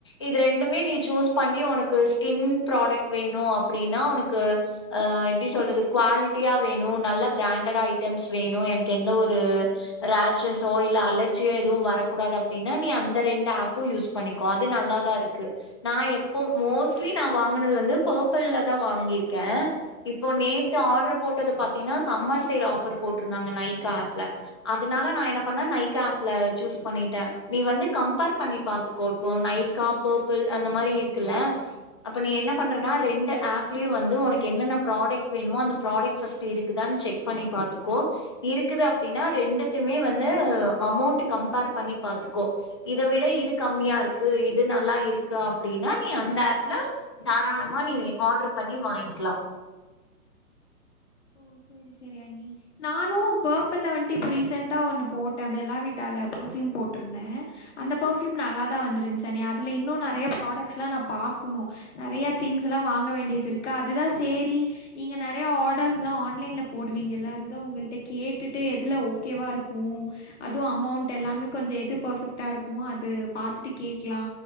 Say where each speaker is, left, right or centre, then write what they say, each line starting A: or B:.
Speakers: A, on the left; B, on the left.
A: இது ரெண்டுமே நீ சூஸ் பண்ணி உனக்கு ஸ்கின் ப்ராடக்ட் வேணு அப்டினா உனக்கு அ எப்டி சொல்றது குவாலிட்டயா வேணு நல்ல பிராண்டட் ஐட்டம்ஸ் வேணு எனக் எந்த ஒரு ராஷஷ்சோ இல்ல அலர்ஜியோ எதுவு வரக்கூடாது அப்டினா நீ அந்த ரெண்டு ஆப்பு யூஸ் பண்ணிக்கோ அது நல்லாதா இருக்கு நா எப்போ மோஸ்ட்லி நா வாங்கனது வந்து பர்பிள்ல தா வாங்கிருக்கே இப்போ நேத்து ஆடர் போட்டது பாத்தீன்னா சம்மர் சேல் ஆஃபர் போட்டிருந்தாங்க நைக்கா ஆப்ல அதனால் நா என்ன பண்ணே நைக்கா ஆப்ல சூஸ் பண்ணிட்டே நீ வந்து கம்பேர் பண்ணி பாத்து கோ இப்ப நைக்கா பர்பிள் அந்த மாறி இருக்குல்ல அப்ப நீ என்ன பண்றனா ரெண்டு ஆப்லயு வந்து உனக்கு என்னென்ன ப்ராடெக்ட் வேணுமோ அந்த ப்ராடெக்ட் ஃபஸ்ட்டு இருக்குதானு செக் பண்ணி பாத்துக்கோ இருக்குது அப்டினா ரெண்ட் எதுக்குமே வந்து அமௌண்ட் கம்பேர் பண்ணி பாத்துக்கோ இத விட இது கம்மியாருக்கு இது நல்லா இருக்கு அப்டினா நீ அந்த ஆப்ல தாராளமா நீ ஆடர்ரு பண்ணி வாங்கலா
B: ஓ சேரி சேரி அண்ணி நானு பர்பிள்ல வன்ட்டு இப்ப ரீசண்ட்டா ஒன்னு போட்டே பெல்லா விட்டால பர்ஃப்யூம் போட்டிருந்தே அந்த பர்ஃப்யூம் நல்லாதா வந்துருச்சு அண்ணி அதுல இன்னு நெறையா ப்ராடெக்ட்ஸ்லா நா பாக்கணு நெறையா திங்ஸ் எல்லா வாங்க வேண்டியதுருக்கு அதுதா சேரி நீங்க நெறையா ஆடர்ஸ் இதலா ஆன்லைன்ல போடுவீங்கள்ல அதுதா உங்கள்ட்ட கேட்டுட்டு எதுல ஓகேவா இருக்கு அதுவு அமௌண்ட் எல்லாமே கொஞ்ச எது பர்பெக்ட்டா இருக்குமோ அது பாத்துட்டு கேக்கலா